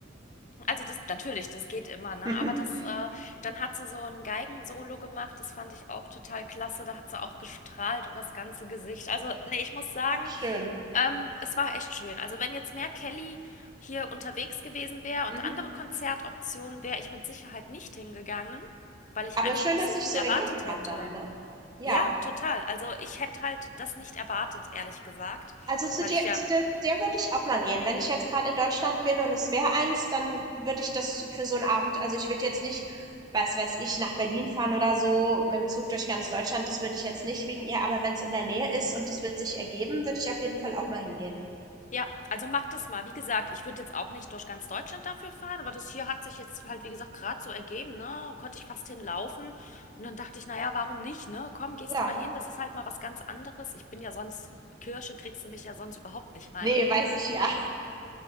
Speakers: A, on the left; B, on the right.
A: Also das natürlich, das geht immer, ne?
B: <laughs>
A: Aber das, äh, dann hat sie so ein Geigensolo gemacht, das fand ich auch total klasse. Da hat sie auch gestrahlt übers ganze Gesicht. Also, nee, ich muss sagen,
B: ah, schön.
A: ähm, es war echt schön. Also, wenn jetzt mehr Kelly hier unterwegs gewesen wäre und
B: Mhm.
A: andere Konzertoptionen, wäre ich mit Sicherheit nicht hingegangen, weil ich
B: Aber
A: einfach
B: schön,
A: nicht
B: dass
A: so
B: sich
A: viel
B: so
A: erwartet
B: ergeben
A: hätte.
B: hat dann, ne? Ja.
A: Ja, total. Also ich hätte halt das nicht erwartet, ehrlich gesagt,
B: Also zu
A: weil
B: dir,
A: ich ja
B: zu der, der würde ich auch mal gehen. Wenn ich jetzt gerade in Deutschland bin und es wäre eins, dann würde ich das für so einen Abend, also ich würde jetzt nicht, weiß weiß ich, nach Berlin fahren oder so, mit dem Zug durch ganz Deutschland, das würde ich jetzt nicht wegen ihr, aber wenn es in der Nähe ist und das wird sich ergeben, würde ich auf jeden Fall auch mal hingehen.
A: Ja, also mach das mal. Wie gesagt, ich würde jetzt auch nicht durch ganz Deutschland dafür fahren, aber das hier hat sich jetzt halt, wie gesagt, gerade so ergeben, ne? Konnte ich fast hinlaufen. Und dann dachte ich, naja, warum nicht, ne? Komm, gehst
B: Ja.
A: du mal hin, das ist halt mal was ganz anderes. Ich bin ja sonst, Kirche kriegst du mich ja sonst überhaupt nicht rein.
B: Ne, weiß ich ja.